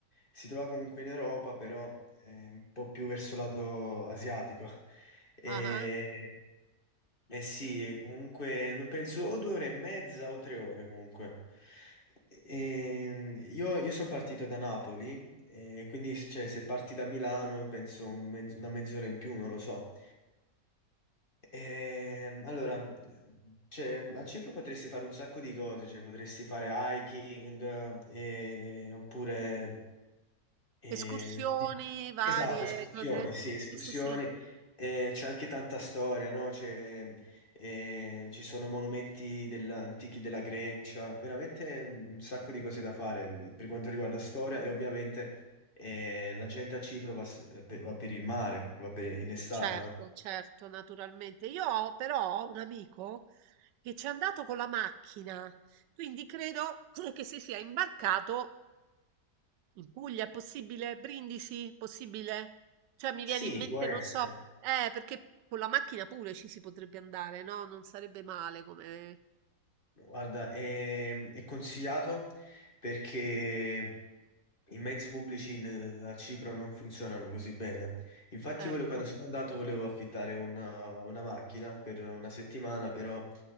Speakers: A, on the left (about 30°); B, on the right (about 85°).
A: si trova comunque in Europa, però eh, un po' più verso lato asiatico. <laughs> E,
B: ah-ah.
A: eh sì, comunque no, penso o due ore e mezza o tre ore comunque. Ehm, io sono partito da Napoli, e quindi cioè, se parti da Milano penso un mezz- una mezz'ora in più, non lo so. Ehm, allora, cioè, a Cipro potresti fare un sacco di cose, cioè, potresti fare hiking, eh, oppure... eh,
B: Escursioni
A: sì.
B: varie,
A: esatto, escursioni,
B: cose
A: sì, escursioni.
B: sì, sì, sì.
A: Eh, c'è anche tanta storia, no? C'è, eh, ci sono monumenti della- antichi della Grecia, veramente mm, un sacco di cose da fare mm, per quanto riguarda storia e ovviamente eh, la gente a Cipro va, s- eh, per- va per il mare, va per- in estate,
B: Certo,
A: no?
B: certo, naturalmente. Io ho però ho un amico che c'è andato con la macchina, quindi credo <clears throat> che si sia imbarcato In Puglia è possibile? Brindisi? Possibile? Cioè mi
A: Sì,
B: viene in mente,
A: può essere.
B: non so, eh, perché con la macchina pure ci si potrebbe andare, no? Non sarebbe male come...
A: Guarda, è, è consigliato perché i mezzi pubblici in- a Cipro non funzionano così bene. Infatti,
B: Ecco.
A: volevo- quando sono andato volevo affittare una, una macchina per una settimana, però